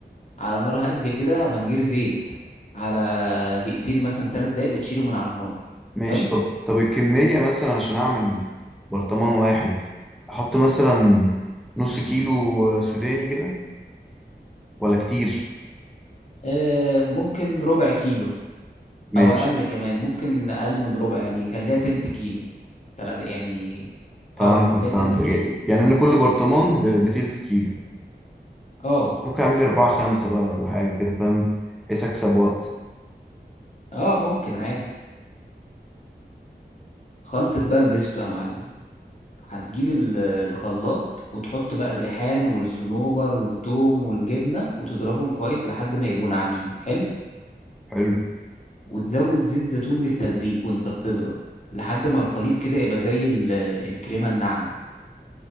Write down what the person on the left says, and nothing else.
على نار هاديه كده من غير زيت على دقيقتين مثلا ثلاث دقايق وتشيله من على النار
حلو
آه ممكن ربع كيلو
او اقل كمان ممكن اقل من ربع يعني خليها تلت كيلو تلات يعني
اه خليها تلت
كيلو
اه
اه ممكن عادي خلطة بقى البيستو يا معلم هتجيب ال- الخلاط وتحط بقى الريحان والصنوبر والثوم والجبنة وتضربهم كويس لحد ما يبقوا ناعمين حلو
وتزود زيت زيتون بالتدريج وانت بتضرب لحد ما الخليط كده يبقى زي ال- الكريمة الناعمة